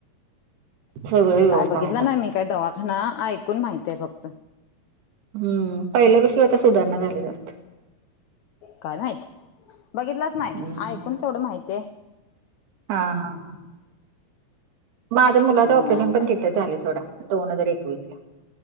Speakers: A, on the right (about 85°); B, on the left (about 85°).
A: सगळं व्यवस्था
B: काय बघितलं
A: आहे आता.
B: नाही मी काय दवाखाना ऐकून माहितय फक्त.
A: हम्म पहिल्यापेक्षा आता सुधारणा झाले जास्त.
B: काय माहित बघितलंच नाही
A: हम्म.
B: ऐकून तेवढं माहिती आहे.
A: हा हा हा. माझं मुलाचा
B: म
A: ऑपरेशन पण तिथच झाले सोडा दोन हजार एकवीस ला.